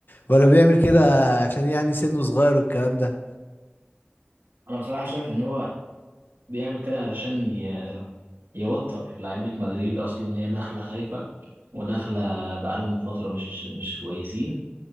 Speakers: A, on the left (about 60°); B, on the right (about 90°).
A: ولا بيعمل كده عشان يعني سنه صغير والكلام ده
B: انا بصراحه شايف ان هو بيعمل كده علشان ي... يوتر لعيبة مدريد أصلا هي داخلة خايفة وداخلة بقالهم فترة مش مش كويسين